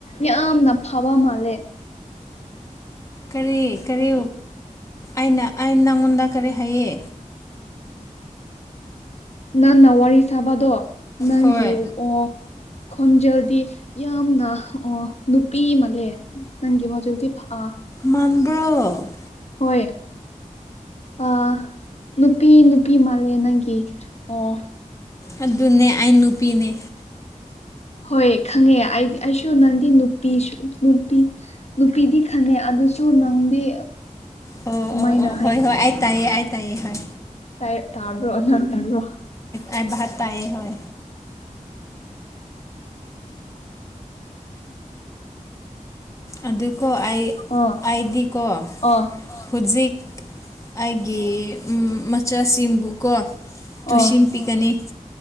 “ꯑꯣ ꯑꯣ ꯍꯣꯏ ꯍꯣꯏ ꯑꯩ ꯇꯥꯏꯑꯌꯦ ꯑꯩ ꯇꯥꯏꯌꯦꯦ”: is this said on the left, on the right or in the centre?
Left